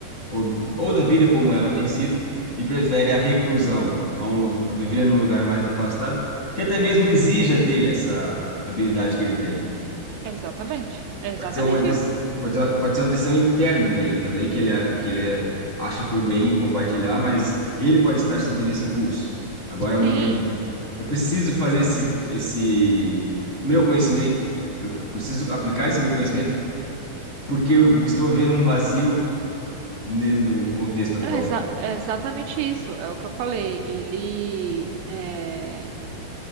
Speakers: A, on the left; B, on the right.
A: ou, ou da vida como ela tem sido, e prefere a reclusão, a, um, lu- a viver num lugar mais afastado, que até mesmo exija dele essa habilidade que ele tem.
B: Exatamente. É exatamente
A: Pode ser uma decisão,
B: isso.
A: pode ser, pode ser uma decisão interna dele também, que ele, a- que ele acha por bem compartilhar, mas ele pode estar sentindo esse impulso. Agora é o momento
B: Sim,
A: de, eu preciso fazer esse, esse meu conhecimento, eu preciso aplicar esse meu conhecimento, porque eu estou vendo um vazio ne- no contexto atual.
B: é, exa- é exatamente isso. É o que eu falei. Ele, é,